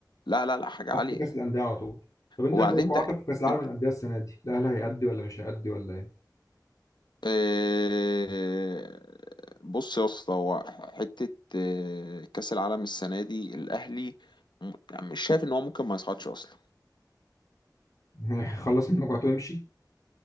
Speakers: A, on the left; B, on the left.
A: لا لا لا حاجة
B: تحت
A: عالية
B: كأس الأندية على طول طب أنت
A: وبعدين
B: إيه توقعاتك
A: انت
B: في كأس العالم
A: انت
B: للأندية السنة دي؟ الأهلي هيأدي ولا مش هيأدي ولا إيه؟
A: آه، بص يا اسطى هو حتة آه، كأس العالم السنة دي الأهلي م- يعني مش شايف إن هو ممكن ما يصعدش أصلا
B: <laughs> يخلص من مجموعته ويمشي